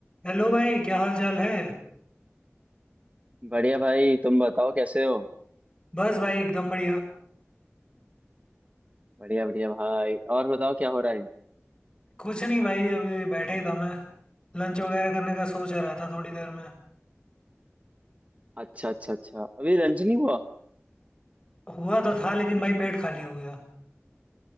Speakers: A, on the left; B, on the right.
A: Hello भाई क्या हाल चाल है
B: बढ़िया भाई तुम बताओ कैसे हो
A: बस भाई एकदम बढ़िया
B: बढ़िया बढ़िया भाई और बताओ क्या हो रहा है
A: कुछ नहीं भाई अभी बैठे ही था मैं लंच वगैरह करने का सोच रहा था थोड़ी देर में
B: अच्छा अच्छा अच्छा अभी लंच नहीं हुआ
A: हुआ तो था लेकिन भाई पेट खाली हो गया